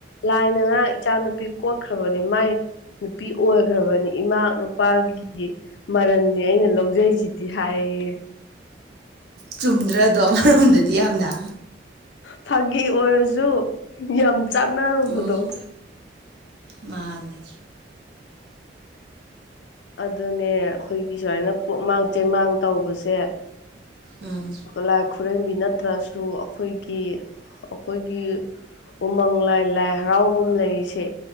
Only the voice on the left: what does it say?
ꯂꯥꯏꯅ ꯉꯥꯔꯡ ꯏꯆꯥꯅꯨꯄꯤ ꯀꯣꯛꯠꯈ꯭ꯔꯕꯅꯤ ꯃꯥꯏ ꯅꯨꯄꯤ ꯑꯣꯏꯈ꯭ꯔꯕꯅꯤ ꯏꯃꯥꯛ ꯅꯨꯄꯥꯒꯤ ꯃꯔꯟꯅꯤ ꯑꯩꯅ ꯂꯧꯖ ꯖꯩꯁꯤꯗꯤ ꯍꯥꯏꯌꯦ
ꯐꯥꯒꯤ ꯑꯣꯏꯔꯁꯨ ꯌꯥꯝ ꯆꯥꯟꯅꯔꯨꯕꯗꯣ
ꯑꯗꯨꯅꯦ ꯑꯩꯈꯣꯏꯒꯤ ꯁꯨꯃꯥꯏꯅ ꯄꯨꯃꯥꯡ ꯆꯩꯃꯥꯡ ꯇꯧꯕꯁꯦ
ꯂꯥꯏ ꯈꯨꯔꯦꯝꯕꯤ ꯅꯠꯇ꯭ꯔꯁꯨ ꯑꯩꯈꯣꯏꯒꯤ ꯀꯤ ꯑꯩꯈꯣꯏꯒꯤ ꯎꯃꯪ ꯂꯥꯏ ꯂꯥꯏ ꯍꯔꯥꯎꯐꯝ ꯂꯩꯔꯤꯁꯦ